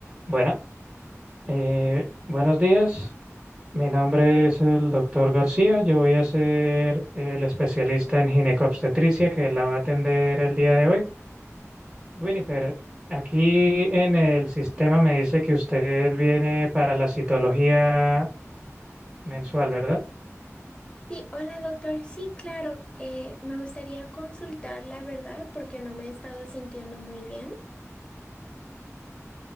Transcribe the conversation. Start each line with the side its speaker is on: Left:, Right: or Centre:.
Right: Bueno, eh, buenos días. Mi nombre es el doctor García. Yo voy a ser el especialista en ginecobstetricia que la va a atender el día de hoy. Winifred, aquí en el sistema me dice que usted viene para la citología mensual, ¿verdad?
Left: Sí, hola doctor. Sí, claro. eh, me gustaría consultar la verdad porque no me he estado sintiendo muy bien.